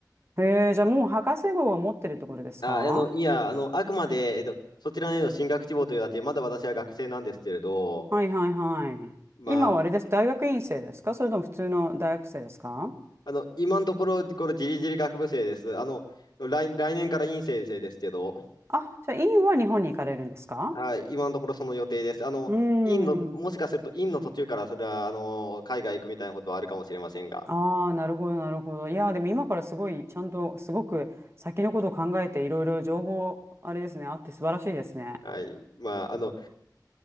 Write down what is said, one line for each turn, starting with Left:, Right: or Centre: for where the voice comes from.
Right: へえ、じゃあもう博士号は持ってるところですかは
Left: あ、あの、いや、あの、あくまで、えっと、そちらへの進学志望というだけ、まだ私は学生なんですけれど、
Right: いはいはい。
Left: まあ、
Right: 今はあれです。大学院生ですかそれとも普通の大学生ですか
Left: あの、今のところ、これ、じりじり学部生です。あの、来、来年から院生生ですけど、
Right: あ、じゃあ院は日本に行かれるんですか
Left: はい、今のところその予定です。あの、
Right: うー
Left: 院の、もしかすると院の途中からそれは、
Right: ん。
Left: あの、海外行くみたいなことはあるかもしれませんが、
Right: ああ、なるほど、なるほど。いやー、でも今からすごい、ちゃんと、すごく先のことを考えて、いろいろ情報、あれですね、あって素晴らしいですね。
Left: はい、まあ、あの、